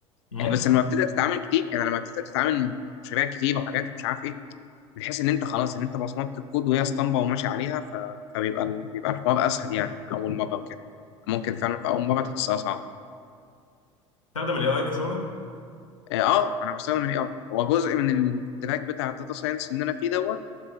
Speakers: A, on the left; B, on the left.
A: أمم
B: يعني بس لما بتبدا تتعامل كتير يعني لما بتبدا تتعامل مشاريع كتير وحاجات ومش عارف ايه بتحس ان انت خلاص ان انت بصمت الكود وهي اسطمبه وماشي عليها ف... فبيبقى ال- بيبقى الحوار اسهل يعني اول مره وكده ممكن فعلا في اول مره تحسها صعبه
A: تستخدم الاي اي في شغلك
B: اه آه، انا بستخدم الاي اي هو جزء من التراك بتاع الداتا ساينس اللي انا فيه دوت